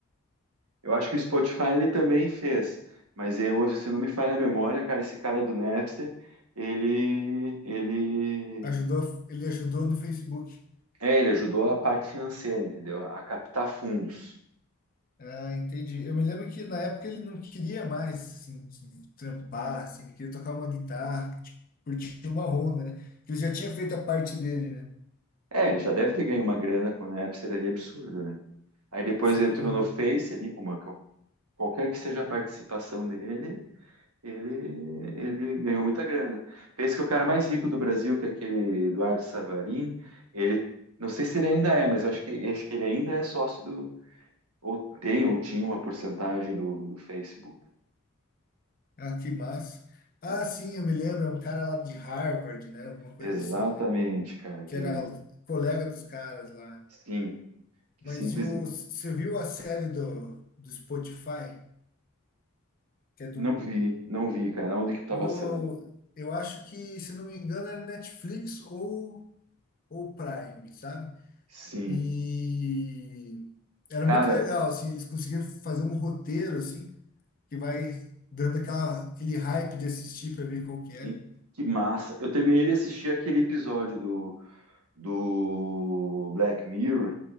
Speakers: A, on the right; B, on the left.
A: Eu acho que o Spotify ele também fez, mas eu, se não me falha a memória, cara, esse cara do Napster, ele, ele,
B: Ajudou, ele ajudou no Facebook.
A: é, ele ajudou a parte financeira, entendeu? A captar fundos.
B: Ah, entendi. Eu me lembro que na época ele não queria mais assim, se trampar, assim, ele queria tocar uma guitarra, tipo, curtir uma onda, né? Que ele já tinha feito a parte dele, né?
A: É, ele já deve ter ganho uma grana com o Napster ali absurda, né? Aí depois
B: Sim.
A: entrou no Face ali, com uma, qualquer que seja a participação dele, ele, ele ganhou muita grana. Pensa que o cara mais rico do Brasil, que é aquele Eduardo Savarin, ele, não sei se ele ainda é, mas eu acho que, acho que ele ainda é sócio Ou tem, ou tinha uma porcentagem do, do Facebook.
B: Ah, que massa. Ah,
A: É,
B: sim, eu me lembro, é um cara lá de Harvard, né? Alguma coisa
A: exatamente,
B: assim, né?
A: cara,
B: Que
A: que
B: era colega dos caras lá.
A: sim, que
B: Mas
A: simplesmente
B: e o, você viu a série do, do Spotify? Que é de
A: não
B: um.
A: vi, não vi, cara, onde que tá
B: Eu,
A: passando?
B: eu acho que, se não me engano, era Netflix ou, ou Prime, sabe?
A: Sim.
B: E era
A: Cara,
B: muito legal, assim, eles conseguiram fazer um roteiro, assim, que vai dando aquela, aquele hype de assistir para ver qual que é.
A: e- que massa. Eu terminei de assistir aquele episódio do, do Black Mirror,